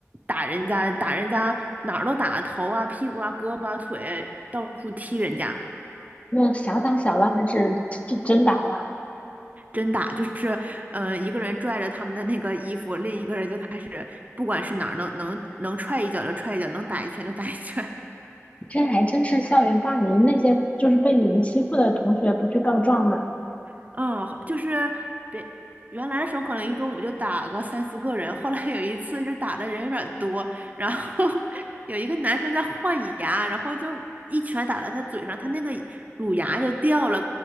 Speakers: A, on the right; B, on the left.
A: 打人家，打人家哪儿都打，头啊、屁股啊、胳膊啊、腿，到处踢人家。
B: 那小打小闹还是真真打呀？
A: 真打，就是，嗯、一个人拽着他们的那个衣服，另一个人就开始，不管是哪儿能能能踹一脚就踹一脚，能打一拳就打一拳。
B: 这还真是校园霸凌，那些就是被你们欺负的同学不去告状吗？
A: <laughs> 嗯，就是别原来的时候可能一中午就打个三四个人，后来有一次就打的人有点多，然后 <laughs> 有一个男生在换牙，然后就一拳打到他嘴上，他那个乳牙就掉了，